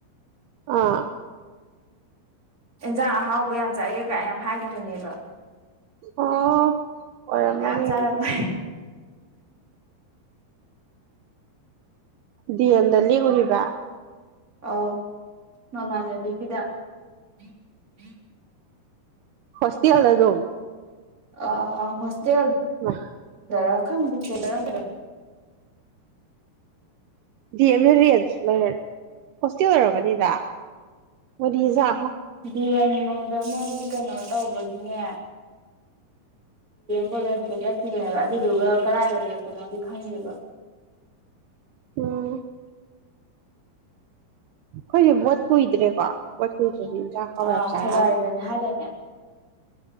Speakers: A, on the right; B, on the right.
A: ꯑꯥ
B: ꯑꯦꯟꯖꯍꯥꯎ ꯑꯣꯕꯣ ꯌꯥꯝ ꯆꯥꯔꯦ ꯀꯥꯏ ꯌꯥꯝ ꯍꯥꯏꯈꯤꯕꯅꯦꯕ
A: ꯑꯣ ꯑꯣꯏꯔꯝꯃꯅꯤ
B: ꯃꯌꯥꯝ ꯆꯥꯔ
A: ꯑꯗꯨꯗꯤ
B: ꯀ
A: ꯌꯦꯜꯗꯜꯂꯤ ꯎꯔꯤꯕ
B: ꯑ ꯃꯃꯥꯟꯅꯕꯤꯒꯤꯗ ꯏ ꯍ
A: ꯍꯁꯤ ꯌꯥꯜꯗ ꯑꯗꯨꯣ
B: ꯑ ꯍꯁꯦ
A: ꯋꯥ
B: ꯔ ꯈꯪꯗꯦꯁꯔꯝ
A: D M A range hostel ꯑꯣꯏꯔꯝꯒꯅꯤꯗ ꯃꯅꯤꯖꯥ
B: ꯗꯤꯅꯤꯡꯒꯨꯝꯗ ꯃꯣꯏꯒꯤ ꯀꯩꯅꯣ ꯇꯧ ꯗꯤꯦ ꯀꯣꯂꯁ ꯆ ꯑꯗꯨꯗꯨꯒ ꯀꯗꯥꯏꯗ ꯂꯦꯞꯄꯅꯣꯗꯤ ꯈꯪꯒꯦꯕ
A: ꯎꯝ ꯑꯩꯈꯣꯏꯁꯨꯦ ꯕꯣꯠ ꯀꯨꯏꯗ꯭ꯔꯦꯀꯣ ꯕꯣꯠ ꯀꯨꯏꯗꯦ ꯆ ꯍꯕ
B: ꯑꯥ
A: ꯆꯔ
B: ꯐꯦꯕꯋꯥꯔꯤꯗꯅꯦ ꯍꯥꯏꯗꯥꯏꯅꯦ